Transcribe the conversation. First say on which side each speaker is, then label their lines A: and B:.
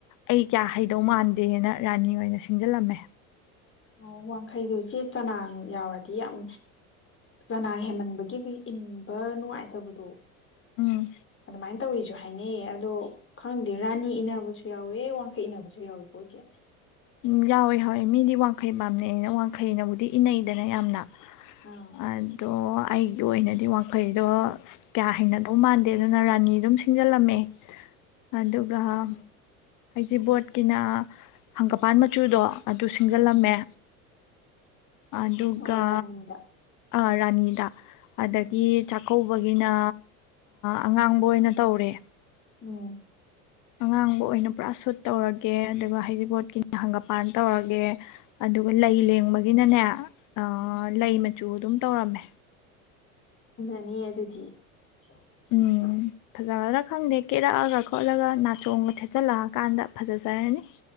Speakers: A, on the left; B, on the left.
A: ꯑꯩ ꯀꯌꯥ ꯍꯩꯗꯧ ꯃꯥꯟꯗꯦꯅ ꯔꯥꯅꯤ ꯑꯣꯏꯅ ꯁꯤꯡꯖꯤꯜꯂꯝꯃꯦ
B: ꯑꯣ ꯋꯥꯡꯈꯩꯗꯨ ꯏꯆꯦ ꯆꯅꯥ ꯌꯥꯎꯔꯗꯤ ꯌꯥꯝ ꯆꯅꯥ ꯍꯦꯃꯟꯕꯒꯤ ꯑꯩꯈꯣꯏ ꯏꯟꯕ ꯅꯨꯡꯉꯥꯏꯇꯕꯗꯣ
A: ꯎꯝ
B: ꯑꯗꯨꯃꯥꯏꯅ ꯇꯧꯔꯤꯁꯨ ꯍꯥꯏꯅꯩꯌꯦ ꯑꯗꯣ ꯈꯪꯗꯦ ꯔꯥꯅꯤ ꯏꯟꯅꯕꯁꯨ ꯌꯥꯎꯋꯦ ꯋꯥꯡꯈꯩ ꯏꯟꯅꯕꯁꯨ ꯌꯥꯎꯋꯦꯀꯣ ꯑꯩꯁꯦ
A: ꯎꯝ ꯌꯥꯎꯋꯦ ꯍꯥꯎꯋꯦ ꯃꯤꯗꯤ ꯋꯥꯡꯈꯩ ꯄꯥꯝꯅꯩ ꯑꯩꯅ ꯋꯥꯡꯈꯩꯅꯩꯅꯕꯨꯗꯤ ꯏꯅꯩꯗꯅ ꯌꯥꯝꯅ
B: ꯑꯥ
A: ꯑꯗꯣ ꯑꯩꯒꯤ ꯑꯣꯏꯅꯗꯤ ꯋꯥꯡꯈꯩꯗꯣ ꯀꯌꯥ ꯍꯩꯅꯗꯧ ꯃꯥꯟꯗꯦ ꯑꯗꯨꯅ ꯔꯥꯅꯤ ꯑꯗꯨꯝ ꯁꯤꯡꯖꯤꯜꯂꯝꯃꯦ ꯑꯗꯕ꯭ꯔꯍꯝ
B: ꯎꯝ
A: ꯍꯖꯤꯕꯣꯠꯀꯤꯅ ꯍꯪꯀꯄꯥꯟ ꯃꯆꯨꯗꯣ ꯑꯗꯨ ꯁꯤꯡꯖꯤꯜꯂꯝꯃꯦ
B: ꯎꯝ
A: ꯑꯗꯨꯒ
B: ꯑꯣ ꯔꯥꯅꯤꯗ
A: ꯥ ꯔꯥꯅꯤꯗ ꯑꯗꯒꯤ
B: ꯎꯝ
A: ꯆ ꯀꯧꯕꯒꯤꯅ ꯑꯉꯥꯡꯕ ꯑꯣꯏꯅ ꯇꯧꯔꯦ
B: ꯎꯝ
A: ꯑꯉꯥꯡꯕ ꯑꯣꯏꯅ ꯄꯨꯔꯥ ꯁꯨꯠ ꯇꯧꯔꯒꯦ ꯑꯗꯨꯒ ꯍꯩꯗꯤꯕꯣꯠꯀꯤꯅ ꯍꯪꯒꯥꯄꯥꯟ ꯇꯧꯔꯒꯦ ꯑꯗꯨꯒ ꯂꯩ ꯂꯦꯡꯕꯒꯤꯅꯅꯦ ꯑ
B: ꯎꯝ
A: ꯂꯩꯥꯏ ꯃ ꯆꯨ ꯑꯗꯨꯝ ꯇꯧꯔꯝꯃꯦ
B: ꯖꯅꯤꯌꯦ ꯑꯗꯨꯗꯤ <unintelligible>
A: ꯎꯝ ꯐꯖꯒꯗ꯭ꯔꯥ ꯈꯪꯗꯦ ꯀꯦꯔꯛꯑꯒ ꯈꯣꯠꯂꯒ ꯅꯥꯆꯣꯡꯕ ꯊꯦꯠꯆꯤꯜꯂꯛꯑꯀꯥꯟꯗ ꯐꯖꯔꯅꯤ